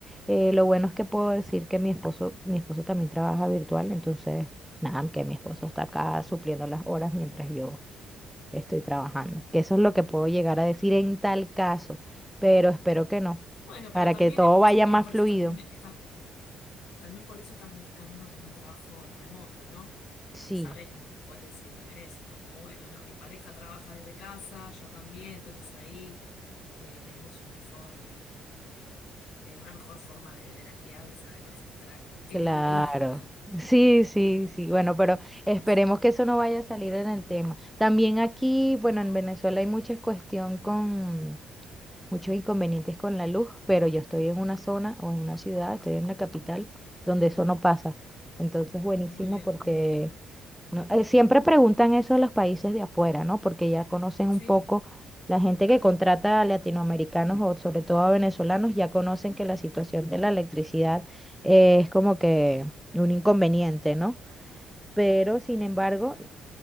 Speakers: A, in the centre; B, on the left.
A: eh, lo bueno es que puedo decir que mi esposo, mi esposo también trabaja virtual, entonces, nada, que mi esposo está acá supliendo las horas mientras yo estoy trabajando. Que eso es lo que puedo llegar a decir en tal caso, pero espero que no,
B: Bueno,
A: para
B: pero también,
A: que todo
B: eh,
A: vaya
B: eh,
A: más
B: por
A: fluido.
B: eso también estás, también por eso estás buscando como un trabajo remoto, ¿no?
A: Sí.
B: sabes, puedes decir también eso, ¿no? Como, bueno, no, mi pareja trabaja desde casa, yo también, entonces ahí eh, tenemos un mejor, eh, una mejor forma de, de la crianza de nuestra querida
A: Claro,
B: hija. <laughs>
A: sí, sí,
B: Eh,
A: sí, bueno, pero esperemos
B: eso.
A: que eso no vaya a salir en el tema. También aquí, bueno,
B: No,
A: en Venezuela hay mucha cuestión con muchos inconvenientes con la luz, pero yo estoy en una zona o en una ciudad, estoy en la capital, donde eso no pasa. Entonces, buenísimo
B: muy bien,
A: porque
B: uh, menos mal.
A: no, eh, siempre preguntan eso a los países de afuera, ¿no? Porque ya conocen un
B: ¿Sí?
A: poco, la gente que contrata a latinoamericanos o sobre todo a venezolanos, ya conocen que la situación de la electricidad eh, es como que un inconveniente, ¿no? Pero sin
B: Es
A: embargo,
B: complicado.